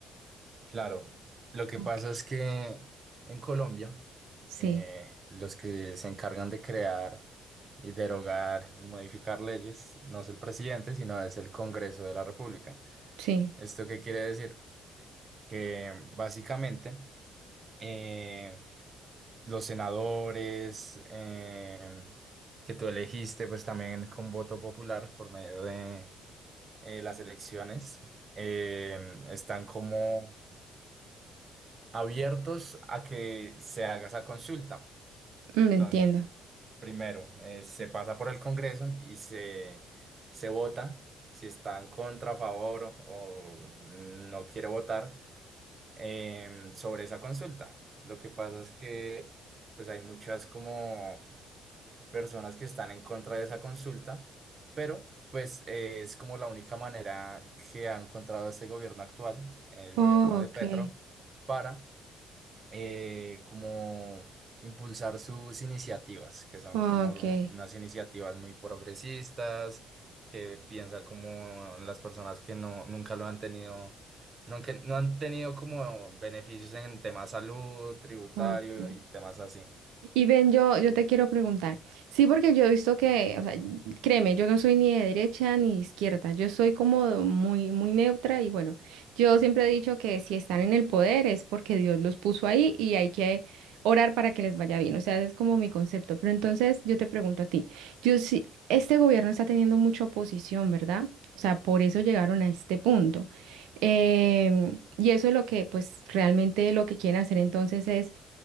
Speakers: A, on the right; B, on the right.
A: Claro, lo que
B: Ok.
A: pasa es que en Colombia
B: Sí,
A: eh, los que se encargan de crear y derogar y modificar leyes no es el presidente, sino es el Congreso de la República.
B: sí,
A: ¿Esto qué quiere decir? Que básicamente eh, los senadores eh, que tú elegiste, pues también con voto popular por medio de eh, las elecciones, eh, están como abiertos a que se haga esa consulta.
B: me
A: Entonces,
B: entiendo.
A: primero, eh, se pasa por el Congreso y se, se vota si está en contra, a favor o o no quiere votar em, sobre esa consulta. Lo que pasa es que pues hay muchas como personas que están en contra de esa consulta, pero pues eh, es como la única manera que ha encontrado este gobierno actual, el
B: Oh,
A: gobierno de
B: Ok,
A: Petro, para eh, como impulsar sus iniciativas, que son
B: ok,
A: como unas iniciativas muy progresistas, que piensa como en las personas que no, nunca lo han tenido, no, que no han tenido como beneficios en temas salud, tributario
B: ok.
A: y temas así.
B: Y Ben, yo, yo te quiero preguntar. Sí, porque yo he visto que, o sea, créeme, yo no soy ni de derecha ni de izquierda. Yo soy como muy, muy neutra y bueno, yo siempre he dicho que si están en el poder es porque Dios los puso ahí y hay que orar para que les vaya bien. O sea, ese es como mi concepto. Pero entonces yo te pregunto a ti, yo sí, este gobierno está teniendo mucha oposición, ¿verdad? O sea, por eso llegaron a este punto. Em, y eso es lo que, pues, realmente lo que quieren hacer entonces es